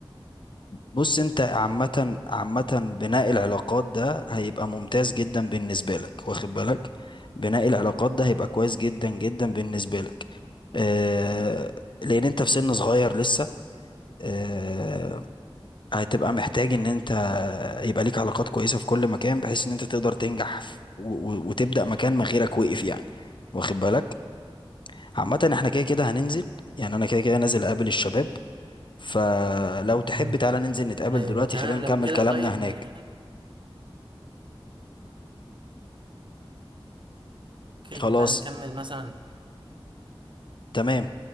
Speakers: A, on the left (about 55°); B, on the right (about 60°).
A: بص انت عامه عامه بناء العلاقات ده هيبقى ممتاز جدا بالنسبه لك واخد بالك بناء العلاقات ده هيبقى كويس جدا جدا بالنسبه لك آه، لان انت في سن صغير لسه آه، هتبقى محتاج ان انت يبقى ليك علاقات كويسة في كل مكان بحيث ان انت تقدر تنجح في- و- و- وتبدأ مكان ما غيرك وقف يعني واخد بالك عامة احنا كده كده هننزل يعني انا كده كده نازل اقابل الشباب فلو تحب
B: مم.
A: تعالى ننزل نتقابل
B: ايوه
A: دلوقتي
B: تمام
A: خلينا
B: لو
A: نكمل
B: كده
A: كلامنا
B: طيب
A: هناك
B: ن- ممكن
A: خلاص
B: بقى نكمل مثلا
A: تمام